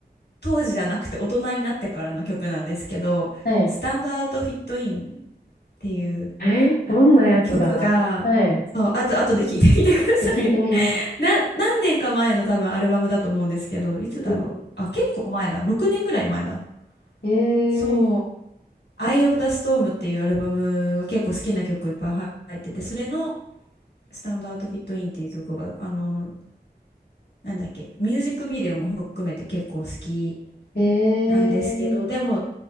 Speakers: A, on the left (about 75°); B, on the left (about 60°).
A: 当時じゃなくて大人になってからの曲なんですけど「スタンドアウトフィットイン」っ
B: はい。
A: ていう
B: えー、どんなやつだ
A: 曲がそうあと後で聞いてみてください
B: はい。聞いてみます。
A: <laughs> な何年か前の多分アルバムだと思うんですけどいつだろうあ結構前だ6年ぐらい前だ
B: うんえ
A: そう「Eye of the Storm」っていうアルバムが結構好きな曲いっぱい入っててそれの「スタンドアウトフィットイン」っていう曲があのなんだっけミュージックビデオも含めて結構好き
B: ー、えー、
A: なんですけどでも